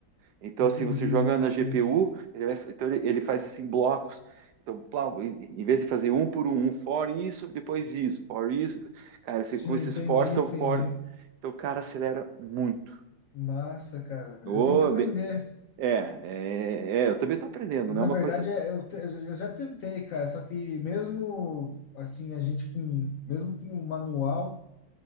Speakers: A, on the right; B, on the left.
A: Então,
B: Entendi,
A: se você joga na GPU,
B: entendi.
A: ele vai, então ele, ele faz assim blocos. Então, plá, em em vez de fazer um por um, um for isso, depois isso, for isso, cara, você
B: Sim,
A: com esses
B: entendi,
A: for são
B: entendi.
A: for. Então, cara, acelera muito.
B: Massa, cara.
A: Ô,
B: Eu tenho que aprender.
A: be- é, é, é, eu também tô aprendendo,
B: E,
A: não
B: na
A: é uma
B: verdade,
A: coisa.
B: é- eu, te- eu já tentei, cara. Só que mesmo assim, a gente com, mesmo com o manual,